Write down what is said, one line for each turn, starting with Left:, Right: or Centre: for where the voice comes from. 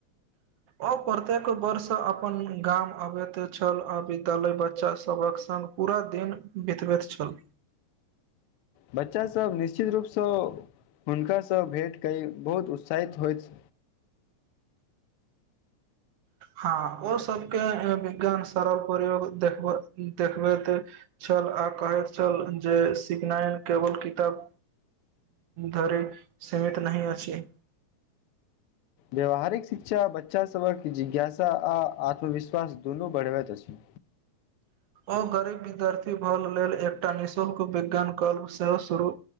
Right: आ प्रत्येक वर्ष अपन गाम अबैत छल आ विद्यालय बच्चा सभक संग पूरा दिन बितबैत छल
Left: बच्चा सभ निश्चित रूप सँ हुनका सँ भेट क बहुत उत्साहित होइत
Right: हँ ओ सभके विज्ञान सरल परिवार को देखब देखबेत छल आ कहैत छल जे सिखनाइ केवल किताब धरि सीमित नहि अछि
Left: व्यावहारिक शिक्षा बच्चा सभक जिज्ञासा आ आत्मविश्वास दुनू बढ़बैत अछि
Right: ओ गरीब विद्यार्थी भल लेल एकटा निःशुल्क विज्ञान क्लब सेहो शुरू